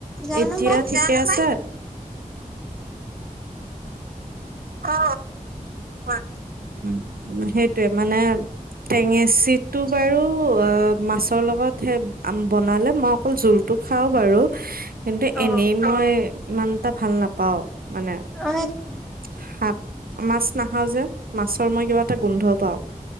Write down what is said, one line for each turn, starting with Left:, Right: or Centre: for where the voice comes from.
Centre: জানো
Right: এতিয়া
Centre: পাই
Right: ঠিকে আছে অ কোৱা উম সেইটোৱে মানে টেঙেচীটো বাৰু অ মাছৰ লগত হে বনালে মই অকল জোল টো খাও বাৰু কিন্তু
Centre: অ
Right: এনেই মই ইমান এটা ভাল নাপাও, মানে
Centre: <unintelligible>
Right: <unintelligible> মাছ নাখাও যে মাছৰ মই কিবা এটা গোন্ধ পাওঁ।